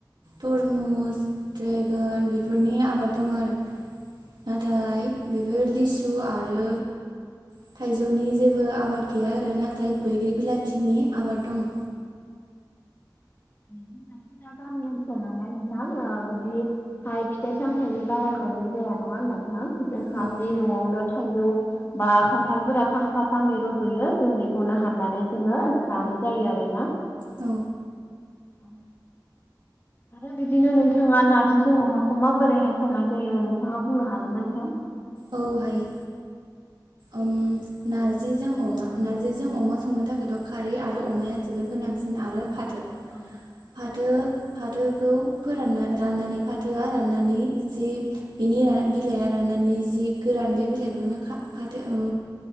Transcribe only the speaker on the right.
तरमुस द्रेगन बेफोरनि आबाद दं आरो नाथाय बेफोर लिसु आरो थाइजौनि जेबो आबाद गैया आरो नाथाय बैग्रि बिलाथिनि आबाद दं।
औ
औ।
औ हायो। ओम नार जिजों अमा, नार्जिजों अमा संनो थाखायथ' खारै आरो अमाया जोबोर गोनांसिन आरो फाथो
फाथो फाथोखौ फोरानना, राननानै फाथोआ राननानै जि बेनि बिलाइया राननानै जि गोरान बे बिलाइखौनो खा फाथो ओम